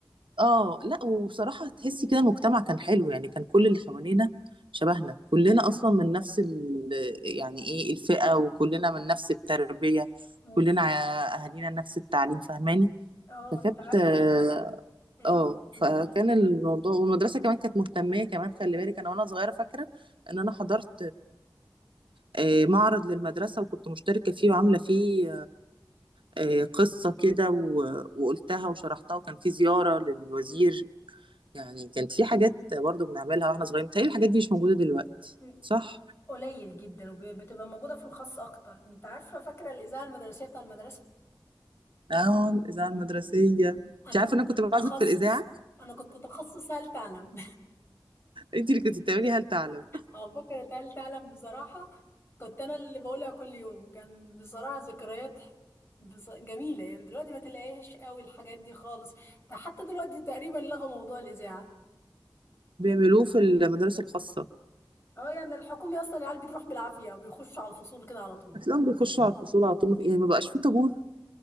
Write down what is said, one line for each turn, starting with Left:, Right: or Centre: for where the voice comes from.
Right: اه لا وبصراحة تحسي كده المجتمع كان حلو يعني كان كل اللي حوالينا شبهنا كلنا أصلا من نفس ال يعني ايه الفئة وكلنا من نفس التربية
Left: <laughs> مم.
Right: كلنا ع- أهالينا نفس التعليم فاهماني
Left: اه
Right: فكانت
Left: انت عارفه
Right: اه
Left: ال-
Right: آه،
Left: المد-
Right: فكان الموضوع والمدرسة كمان كانت مهتمة كمان خلي بالك أنا وأنا صغيرة فاكرة إن أنا حضرت آه، معرض للمدرسة وكنت مشتركة فيه وعاملة فيه آه، قصة كده و- وقلتها وشرحتها وكان في زيارة للوزير يعني كانت في حاجات برضو بنعملها واحنا صغيرين تهيألي الحاجات دي مش موجودة دلوقتي
Left: مم.
Right: صح؟
Left: قليل جدا وبتبقى موجوده في الخاص اكتر انت عارفه فاكره الاذاعه المدرسيه بتاع المدرسه
Right: اه الإذاعة المدرسية انت
Left: انا
Right: عارفة
Left: كنت
Right: انا كنت بعزف
Left: تخصص
Right: في الإذاعة
Left: انا كنت تخصص هل تعلم
Right: انت اللي كنت بتعملي هل تعلم
Left: اه فكرة تالتة تعلم بصراحة كنت انا اللي بقولها كل يوم كان بصراحة ذكريات بص... جميلة يعني دلوقتي ما تلاقيهاش قوي الحاجات دي خالص ده حتى دلوقتي تقريبا لغى موضوع الإذاعة
Right: بيعملوه في المدارس الخاصة
Left: اه يعني الحكومي اصلا العيال بتروح بالعافية وبيخشوا على الفصول كده على طول
Right: تلاقيهم بيخشوا على الفصول على طول يعني ما بقاش فيه طابور